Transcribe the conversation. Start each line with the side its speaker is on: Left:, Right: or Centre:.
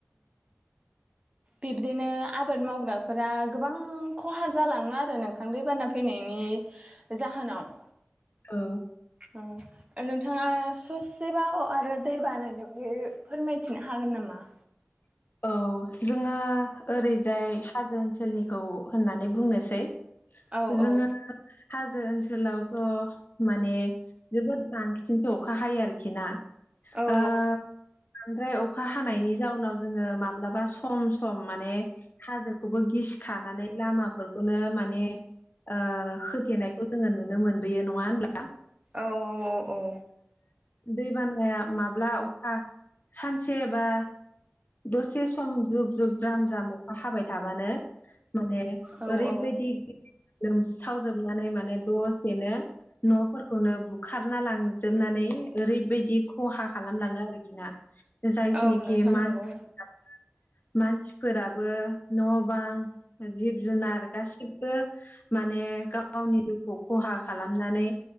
Left: <inaudible>
Right: बिबदिनो आबाद मावग्राफोरा गोबां खहा जालाङो आरो नोंथां दैबाना फैनायनि नि जाहोनाव
Left: औ
Right: ओ नोंथाङा सोसेबाव आरो दै बानायनो बागै फोरमायथिनो हागोन नामा?
Left: <inaudible> औ जोङो ओरैजाय हाजो ओनसोलनिखौ होननानै बुंनोसै
Right: औ
Left: जोङो
Right: औ
Left: हाजो ओनसोलावथ' माने जोबोद बांसिनथो अखा हायो आरोखि ना।
Right: औ
Left: ओ बांद्राय अखा हानायनि जाउनाव जोङो माब्लाबा सम सम माने हाजोखौबो गिसिखानानै लामाफोरखौनो मा माने ओ होथेनायखौ जोङो नुनो मोनबोयो नङा होनब्ला?
Right: औ औ औ औ
Left: दै बानाया माब्ला अखा सानसे बा दसे सम जुब जुब द्राम द्राम अखा हाबाय थाबानो माने
Right: औ
Left: ओरैबायदि
Right: औ
Left: दि लोमस्रावजोबनानै माने दसेनो न'फोरखौनो बुखारना लांजोबनानै ओरैबायदि खहा खालामलाङो आरोखि ना
Right: औ
Left: जायखनिखि
Right: नोंथां
Left: मान
Right: नंगौ
Left: <inaudible> मानसिफोराबो न' बां जिब जुनार गासिबो माने ने गाव गावनि जिउखौ खहा खालामनानै